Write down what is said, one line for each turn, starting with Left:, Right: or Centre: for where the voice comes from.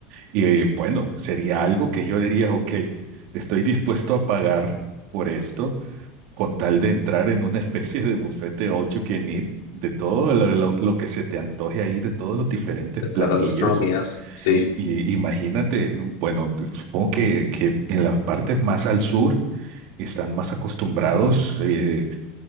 Right: Y eh, bueno, sería algo que yo diría, ok, estoy dispuesto a pagar por esto con tal de entrar en una especie de buffet de all you can eat, de todo lo, lo- lo que se te antoje ahí, de todos los diferentes
Left: De todas
Right: platillos.
Left: las gastronomías, sí.
Right: Y, y imagínate, bueno, te- supongo que, que en las partes más al sur están más acostumbrados. eh,